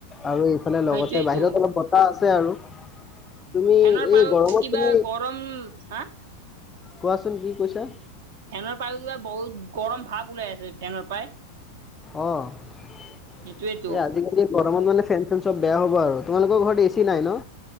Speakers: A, on the left; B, on the right.
A: আৰু এইফালে লগতে
B: সেইটোৱেতো
A: বাহিৰত অলপ বতাহ আছে আৰু। তুমি
B: ফেনৰ
A: এই
B: পায়ো
A: গৰমত
B: কিবা
A: তুমি
B: গৰম হা
A: কোৱাচোন কি কৈছা?
B: ফেনৰ পায়ো কিবা বহুত গৰম ভাপ ওলাই আছে ফেনৰ পায়।
A: অ এই
B: সেইটোৱেতো
A: আজিকালি গৰমত মানে ফেন চেন চব বেয়া হ'ব আৰু তোমালোকৰ ঘৰত এ চি নাই ন।